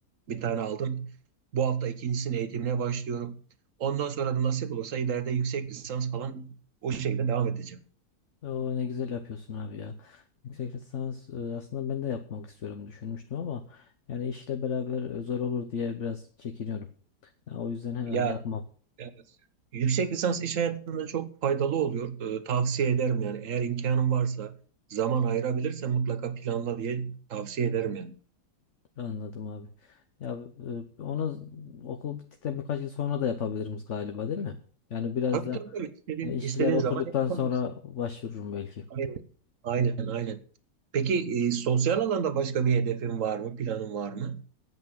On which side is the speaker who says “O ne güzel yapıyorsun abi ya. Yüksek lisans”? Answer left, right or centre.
Left